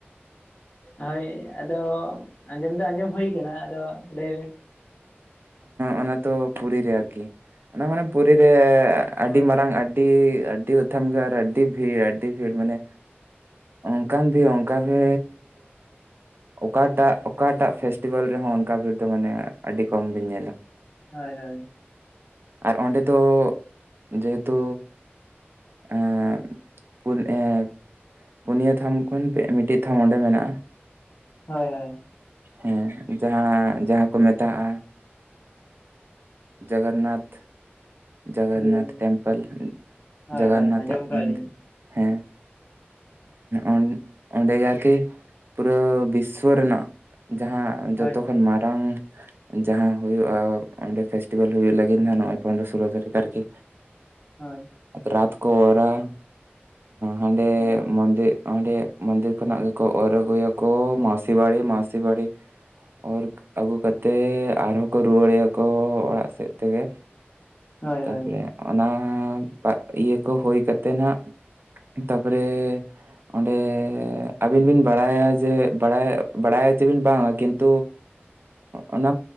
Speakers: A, on the left (about 45°); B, on the right (about 60°).
A: ᱦᱳᱭ ᱟᱫᱚ ᱟᱸᱡᱚᱢ ᱫᱚ ᱟᱸᱡᱚᱢ ᱦᱩᱭ ᱠᱟᱱᱟ ᱟᱫᱚ ᱞᱟᱹᱭ ᱵᱤᱱ
B: ᱚᱱᱟ ᱫᱚ ᱯᱩᱨᱤ ᱨᱮ ᱟᱨᱠᱤ ᱚᱱᱟ ᱢᱟᱱᱮ ᱯᱩᱨᱤ
A: ᱦᱳᱭ
B: ᱨᱮ ᱟᱹᱰᱤ
A: ᱦᱳᱭ ᱦᱳᱭ
B: ᱢᱟᱨᱟᱝ ᱟᱹᱰᱤ ᱟᱹᱰᱤ ᱚᱛᱷᱟᱢ ᱜᱮ ᱟᱨ ᱟᱹᱰᱤ ᱵᱷᱤᱲ ᱟᱹᱰᱤ ᱵᱷᱤᱲ ᱢᱟᱱᱮ ᱚᱱᱠᱟᱱ ᱵᱷᱤᱲ ᱚᱱᱠᱟ <unintelligible> ᱚᱠᱟᱴᱟᱜ ᱚᱠᱟᱴᱟᱜ ᱯᱷᱮᱥᱴᱤᱵᱷᱮᱞ ᱨᱮᱦᱚᱸ ᱚᱱᱠᱟ ᱵᱷᱤᱲ ᱫᱚ ᱢᱟᱱᱮ ᱟᱹᱰᱤ ᱠᱚᱢ ᱵᱤᱱ ᱧᱮᱞ
A: ᱦᱳᱭ ᱦᱳᱭ
B: ᱟᱨ ᱚᱸᱰᱮ ᱫᱚ ᱡᱮᱦᱮᱛᱩ ᱮᱸᱜ ᱯᱩᱞ ᱮᱯ ᱯᱩᱱᱭᱟᱹ ᱛᱷᱟᱢ ᱠᱷᱚᱱ ᱢᱤᱫᱴᱤᱡ ᱛᱷᱟᱢ ᱚᱸᱰᱮ ᱢᱮᱱᱟᱜ-ᱟ
A: ᱦᱳᱭ ᱦᱳᱭ
B: ᱦᱮᱸ ᱡᱟᱦᱟᱸ ᱡᱟᱦᱟᱸ ᱠᱚ ᱢᱮᱛᱟᱜ-ᱟ ᱡᱚᱜᱚᱱᱱᱟᱛᱷ ᱡᱚᱜᱚᱱᱱᱟᱛᱷ
A: ᱡᱤᱵᱚᱱ
B: ᱴᱮᱢᱯᱮᱞ
A: ᱦᱳᱭ
B: ᱡᱚᱜᱚᱱᱱᱟᱛᱷ
A: ᱦᱳᱭ ᱟᱸᱡᱚᱢ
B: ᱟᱜ
A: ᱟᱠᱟᱫ
B: ᱢᱚᱱᱫᱤ
A: ᱞᱤᱧ
B: ᱦᱮᱸ ᱚᱱ ᱚᱸᱰᱮ ᱟᱨᱠᱤ ᱯᱩᱨᱟᱹ ᱵᱤᱥᱥᱚ ᱨᱮᱱᱟᱜ ᱡᱟᱦᱟᱸ
A: ᱦᱳᱭ
B: ᱡᱚᱛᱚ
A: ᱦᱳᱭ
B: ᱠᱷᱚᱱ ᱢᱟᱨᱟᱝ ᱡᱟᱦᱟᱸ ᱦᱳᱭᱳᱜ ᱟ ᱚᱸᱰᱮ ᱯᱷᱮᱥᱴᱤᱵᱮᱞ ᱦᱩᱭᱩᱜ ᱞᱟᱹᱜᱤᱫ ᱱᱚᱜ-ᱚᱭ ᱯᱚᱱᱨᱚ ᱥᱳᱞᱞᱳ ᱛᱟᱹᱨᱤᱠᱷ ᱟᱨᱠᱤ᱾
A: ᱦᱳᱭ
B: ᱨᱟᱛ ᱠᱚ ᱚᱨᱟ ᱦᱟᱸᱰᱮ
A: ᱦᱳᱭ
B: ᱢᱚᱸᱫᱮ ᱚᱸᱰᱮ ᱢᱚᱱᱫᱤᱨ ᱠᱷᱚᱱᱟᱜ ᱜᱮᱠᱚ ᱚᱨ ᱟᱹᱜᱩᱭᱟᱠᱚ ᱢᱟᱥᱤ ᱵᱟᱲᱤ ᱢᱟᱥᱤ ᱵᱟᱲᱤ ᱚᱨ ᱟᱹᱜᱩ ᱠᱟᱛᱮᱜ ᱟᱨᱦᱚᱸ ᱠᱚ ᱨᱩᱣᱟᱹᱲᱮᱭᱟᱠᱚ ᱚᱲᱟᱜ ᱥᱮᱫ ᱛᱮᱜᱮ,
A: ᱦᱳᱭ
B: ᱛᱟᱯᱚᱨᱮ
A: ᱦᱳᱭ
B: ᱚᱱᱟ ᱴᱟᱜ ᱤᱭᱟᱹ ᱠᱚ ᱦᱳᱭ ᱠᱟᱛᱮᱫ ᱦᱟᱸᱜ ᱛᱟᱯᱚᱨᱮ ᱚᱸᱰᱮ ᱟᱹᱵᱤᱱ ᱵᱤᱱ ᱵᱟᱲᱟᱭᱟ ᱡᱮ ᱵᱟᱲᱟᱭ ᱵᱟᱲᱟᱭᱟ ᱪᱮ ᱵᱤᱱ ᱵᱟᱝᱟ ᱠᱤᱱᱛᱩ ᱚᱱᱟ